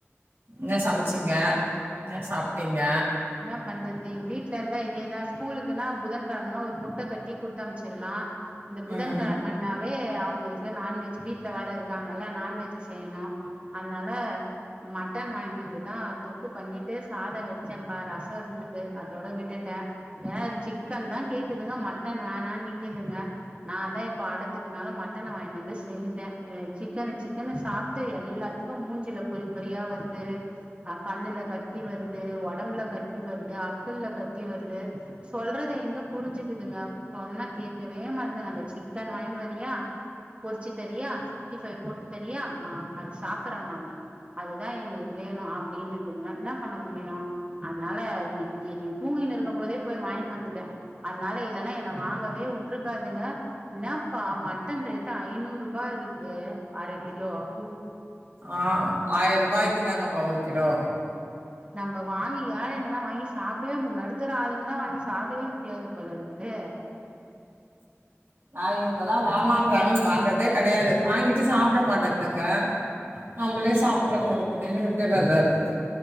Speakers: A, on the right; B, on the right.
A: என்ன சமைச்சிங்க என்ன சாப்பிட்டிங்க
B: என்ன பண்றது வீட்ல இருந்தா இதேதா ஸ்கூலுக்குன்னா புதன்கிழமனா ஒரு முட்டை கட்டி குடுத்த அமைச்சுடலா இந்த புதன
A: ம்
B: கிழமன்னாவே அவங்களுக்கு நான்வெஜ் வீட்டுல வர இருக்காங்கல்ல நான்வெஜ் செய்யணு அதனால மட்டன் வாங்கினுவந்துதா தொக்கு பண்ணிட்டு சாத வெடு ச்சுப ரச இருந்தது அதோட விட்டுட்ட ஏன்னா சிக்கன் தா கேக்குதுங்க மட்டன் வேணானு துங்க நான்தா இப்ப அடத்துக்குனால மட்டன வாங்கினுவந்து செஞ்ச சிக்கனு சிக்கன் சாப் சாப்ட்டு எல்லாத்துக்கு மூஞ்சல பொறி பொறியா வருது ஹ கண்ணுல கட்டி வருது உட உடம்புல கட்டி வருது அக்குள்ள கட்டி வருது சொல்றது எங்க புரிஞ்சுக்குதுங்க சொன்னா கேட்கவே மாட்டந்தாங்க அந்த சிக்கன் வாங்கினு வறியா பொறிச்சு தரியா சிக்ஸ்டி பைவ் போட்டு தரியா ஆஹ் அது சாப்பிடுற நாங்க அதுதா எங்களுக்கு வே வேணு அப்டின்னுந்ங்க என்ன பண்ண முடியு அதனால இன்னைக்கு இவ தூங்கின்னு இருக்கு போதே போய் வாங்கினுவந்துட்ட அதனால இல்ன்னா என்ன வாங்கவே வுட்டுருக்காதுங்க என்னப்பா மட்டன் ரேட் ஐநூறு ரூபா இருக்குது அரை கிலோ <unintelligible>
A: ஆஹ் ஆயிர ரூபாய்க்கிட்டாங்கப்பா ஒரு கிலோ
B: நம்ம வாங்கி ஏழைங்கலா வாங்கி சாப்பிடவே முடில நடுத் த்தர ஆளுங்கல்லா வாங்கி சாப்பிடவே முடியாது போல இருக்குதே
A: நா இவங்க எல்லா வேணண்றாங்கன்னு வாங்கறதே கிடையாது வாங்கிட்டு சாப்பிட மாட்டந்துங்க நம்மளே சாப்பிடடுறதா இருக்குதுன்னு விட்டுறதா இருக்குது